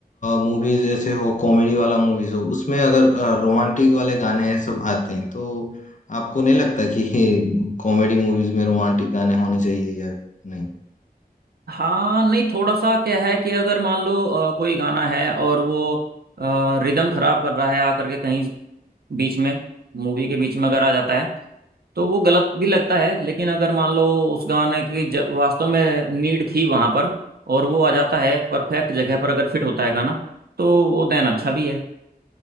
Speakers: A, on the left; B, on the right.
A: मूवीज जैसे हो कॉमेडी वाला मूवीज हो उसमें अगर रोमांटिक वाले गाने सब आते हैं तो आपको नहीं लगता कि ये कॉमेडी मूवीज में रोमांटिक गाने होने चाहिए या नहीं
B: हाँ नहीं थोड़ा सा क्या है कि अगर मान लो अ, कोई गाना है और वो रिदम खराब कर रहा है आकर के कहीं बीच में मूवी के बीच में अगर आ जाता है तो वो गलत भी लगता है लेकिन अगर मान लो उस गाने की ज, वास्तव में नीड थी वहां पर और वो आ जाता है परफेक्ट जगह पर अगर फिट होता है गाना तो वो देन अच्छा भी है